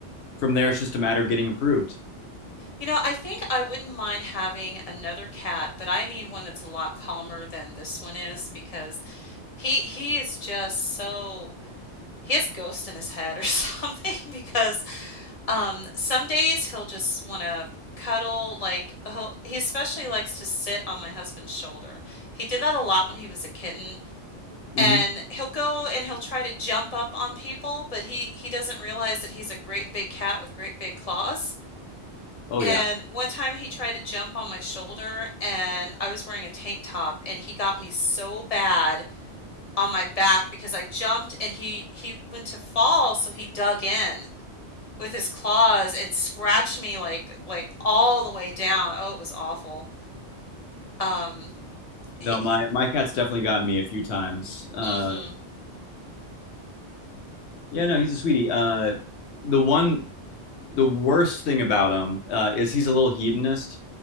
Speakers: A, on the left (about 70°); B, on the left (about 40°).
A: from there, it's just a matter of getting approved.
B: You know, I think I wouldn't mind having another cat, but I need one that's a lot calmer than this one is because he he is just so he has ghosts in his head or <laughs> something because um some days he'll just want to cuddle like he'll, he especially likes to sit on my husband's shoulder. He did that a lot when he was a kitten
A: hmm
B: and he'll go and he'll try to jump up on people, but he he doesn't realize that he's a great big cat with great big claws.
A: Oh
B: And
A: yeah.
B: one time he tried to jump on my shoulder and I was wearing a tank top and he got me so bad on my back because I jumped and he he went to fall, so he dug in with his claws and scratched me like like all the way down. Oh, it was awful. Um,
A: No,
B: he,
A: my
B: he,
A: my cat's definitely gotten me a few times. Uh,
B: mm-hmm.
A: Yeah, no, he's a sweetie. Uh, the one, the worst thing about him uh, is he's a little hedonist.